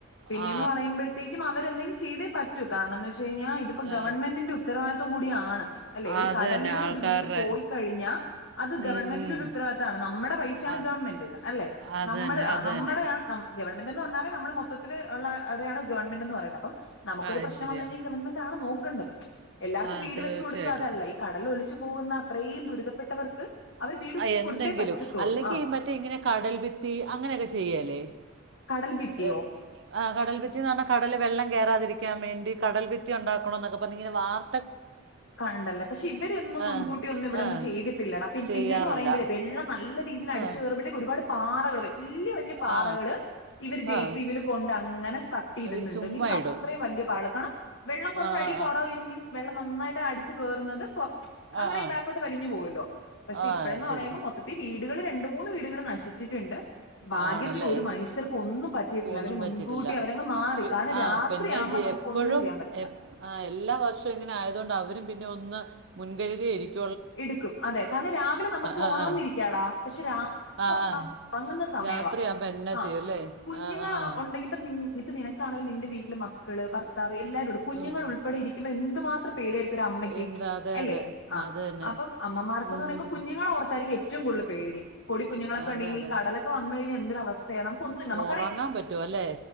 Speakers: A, on the left (about 60°); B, on the right (about 55°).
A: പിന്നേന്ന്
B: ആ
A: പറയുമ്പഴത്തേക്കും അവരെ <unintelligible> എന്തെങ്കിലും ചെയ്തേ പറ്റൂ കാരണം ന്ന് വെ ച്ച് കഴിഞ്ഞാ ഇത് പ്പൊ ഗവൺമെൻ്റിൻ്റെ
B: ആ,
A: ഉത്തരവാദിത്തം കൂടിയാണ് അല്ലേ ഒരു
B: അത്
A: കടലില്
B: തന്നെ ആൾക്കാരുടെ
A: ഒരു വീട്പോയിക്കഴിഞ്ഞാ അത്
B: ഉം,
A: ഗവൺമെന്റിന്റെ
B: ഉം.
A: ഒരുത്തരവാദിത്താണ് നമ്മടെ പൈസയാണ്
B: ആ,
A: ഗവൺമെൻ്റിന് അല്ലേ
B: അത്
A: നമ്മൾ
B: തന്നെ
A: ആ
B: അത്
A: നമ്മടെയാണ്
B: തന്നെ
A: ഗവൺമെൻറ് എന്നു പറഞ്ഞാ നമ്മള് മൊത്തത്തിൽ ഒള്ള അവടെയാണ് ഗവൺമെൻ്റ് എന്നു പറയുന്നത് അപ്പം നമുക്കൊരു
B: ആ
A: പ്രശ്നം
B: ശരിയാ
A: വന്നു കഴിഞ്ഞാ ഈ ഗവൺമെൻ്റാണ് നോക്ക ക്കണ്ടത് എല്ലാർക്കും
B: ആ
A: വീട്
B: തീർച്ചയായിട്ടും
A: വെച്ച് കൊട്ക്കാ അതല്ല ഈ കടല് ഒലിച്ചു പോകുന്ന അത്രേം ദുരിതപ്പെട്ടവർക്ക് അവര് വീട്
B: ആ
A: വെച്ച്
B: എന്തെങ്കിലും
A: കൊടുത്തേ പറ്റത്തൊള്ളു
B: അല്ലെങ്കിൽ
A: ആ
B: ഈ മറ്റേ ഇങ്ങനെ കടൽ ഭിത്തി അങ്ങനെയൊക്കെ ചെയ്യല്ലേ
A: കടൽ ഭിത്തിയോ
B: ഏ,
A: കടൽ
B: ആ കടൽ ഭിത്തി ന്ന് പറഞ്ഞാ കടലിലെ വെള്ളം കേറാതിരിക്കാൻമേണ്ടി കടൽ ഭിത്തി യൊണ്ടാക്കണോന്നൊക്കെ പറഞ്ഞ് ഇങ്ങനെ വാർ
A: കാണ്‌ണ്ടല്ലേ പക്ഷേ ഇവരെന്നും
B: ആ
A: മുൻകൂട്ടി ഒന്നും ഇവിടൊന്നും
B: ആ
A: ചെയ്തിട്ടില്ലടാ പി
B: ചെയ്യാറില്ല
A: പിന്നെന്ന് പറയുമ്പഴേ വെള്ളം നല്ല രീതിയിലടിച്ച്
B: ആ
A: കേറുമ്പഴത്തേക്ക് ഒരുപാട് പാറകള് വല്യ വല്യ പാറകള്
B: ആ
A: ഇവര് ജെ.
B: ആ
A: സി. ബില് കൊണ്ടങ്ങനെ ക ഇട്ന്ന്ണ്ട്
B: ഈ ചുമ്മാ
A: മീൻസ് അത്രേം
B: ഇടും
A: വല്യ <unintelligible> ത്താണ് വെള്ളം കൊറച്ചടി
B: ആ ആ
A: കൊറയും മീൻസ് വെള്ളം നന്നായിട്ട് അടിച്ചു കേറുന്നത് പൊ അങ്ങനെ
B: ആ ആ
A: ഈ ബാക്കോട്ട് വലിഞ്ഞു പോകും പോയിണ്ടോ പോയി പക്ഷെ
B: ആ ആ
A: ഇപ്പഴെന്നു
B: ശരി
A: പറയുമ്പോ മൊത്തത്തീ വീട്ടി നിങ്ങളുടെ രണ്ട് മൂന്ന് വീടുകള് നശിച്ച് ട്ട്ണ്ട് ഭാഗ്യത്തിന്
B: ആണല്ലേ
A: ഒരു മനുഷ്യർക്കും ഒന്നും പറ്റിയിട്ടില്ല
B: ഒന്നും
A: അവര് മുൻകൂട്ടി
B: പറ്റിയിട്ടില്ല
A: അവരങ്ങ് മാറി
B: പി
A: കാരണം
B: ആ
A: രാത്രിയാമ്പം
B: പിന്നെ ജി
A: നമക്കൊന്നും
B: എപ്പോഴും
A: ചെയ്യാൻ പറ്റത്തില്ല
B: എപ് ആ എല്ലാ വർഷോം ഇങ്ങനെ ആയതോണ്ട് അവരും പിന്നെ ഒന്ന് മുൻകരുതിയാ ഇരിക്കു
A: ഇട്ക്കും അതെ കാരണ രാവിലെ നമക്ക്
B: ആ
A: ഒന്നർന്നിരിക്കാടാ
B: ആ
A: പക്ഷെ രാത്രി
B: ആ ആ
A: ഒറങ്ങുന്ന സമയവാ
B: രാത്രിയാകുമ്പോൾ എന്നാ
A: ആ
B: ചെയ്യും അല്ലേ
A: കുഞ്ഞുങ്ങള്
B: ആ ആ ആ.
A: ഒണ്ടെങ്കിൽ ഇപ്പൊ നിനക്കാണേലും നിൻ്റെ എൻ്റെ വീട്ടില് മക്ക മക്കള് ഭർത്താവ് എല്ലാവരുണ്ട് കുഞ്ഞുങ്ങളുൾപ്പടെ
B: ഉം
A: ഇരിക്കുമ്പ എ മാത്രം പേടിയായിരിക്കും ഒരമ്മയ്ക്ക്
B: എന്താ അതെ
A: എല്ലേ
B: അതെ
A: ആ
B: അത് തന്നെ
A: അപ്പം അമ്മമാർക്ക്
B: ഉം
A: ന്ന് പറയുമ്പം കുഞ്ഞുങ്ങളെ ഓർത്തായിരിക്കും റ്റവും കൂടുതൽ പേടി പൊടികുഞ്ഞുങ്ങൾ ഒക്കെ
B: അതെ
A: ഉണ്ടെങ്കിൽ
B: അതെ
A: എ കടലൊക്കെ വന്ന് കഴിഞ്ഞാൽ എന്തൊരു അവസ്ഥ ആണ് നമക്കാണെങ്കിൽ ഒന്നും, നമുക്ക്
B: ഉറങ്ങാൻ പറ്റുവോ അല്ലേ